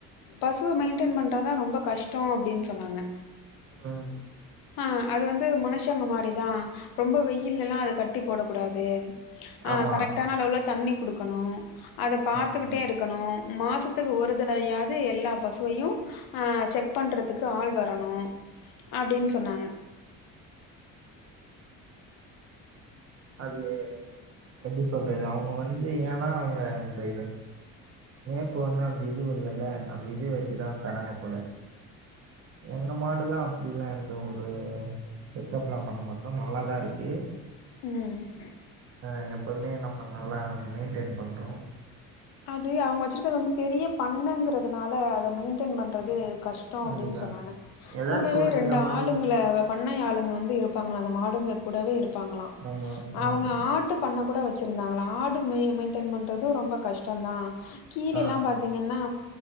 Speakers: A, on the left; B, on the right.
A: பசுவை மெயின்டெயின் பண்றாதான் ரொம்ப கஷ்டம் அப்படின்னு சொன்னாங்க
B: உம்
A: ஆஹ் அது வந்து மனுஷங்க மாரிதான் ரொம்ப வெயில் எல்லாம் அத கட்டி போடக்க கூடாது ஆஹ்
B: ஆமா.
A: கரெக்டானா அளவுல தண்ணி குடுக்கணும் அத பாத்துக்கிட்டே
B: ஆ, ஆ.
A: இருக்கணும் மாச மாசத்துக்கு ஒரு தடவையாவது எல்லா பசுவையும் அஹ் செக் பண்ணுறதுக்கு ஆள் வரு ணும் அப்படின்னு சொன்னாங்க
B: அது எப்டி சொல்றது அவுங்க வந்து ஏனா அவுங்க அந்த மேப்பு வந்து அந்த இது வல்லல அந்த இது வச்சுதா தராங்க போல எங்க மாடுலா அப்டிலா எந்த ஒரு செக்கப்லா பண்ண மாட்டோ நல்லாதா இருக்கு
A: ம்
B: ஆஹ் எப்போவுமே நம்ம நல்லா மெயின்டெயின் பண்றோம்
A: அது அவுங்க வச்ருக்கறது வந்து பெரிய பண்ணங்கறதுனால அத மெயின்டென் பண்றது கஷ்டம் அப்படின்னு
B: அதுதா
A: சொன்னாங்க
B: ஏதாச்சு
A: கூடவே
B: ஒரு
A: ரெண்டு
B: சில மாடு
A: ஆளுங்கள பண்ணை ஆளுங்க வந்து இருப்பாங்களா அந்த மாடுங்க கூடவே இருக் பாப்பாங்களாம்
B: ஆமா ம்
A: அவங்க ஆட்டு பண்ண கூட வச்சு இருந்தாங்களா ஆடு மெயி மெயின்டென் பண்ற து ரொம்ப கஷ்டம் தான் கீழே
B: ஆ
A: எல்லாம் பாத்தீங்கன்னா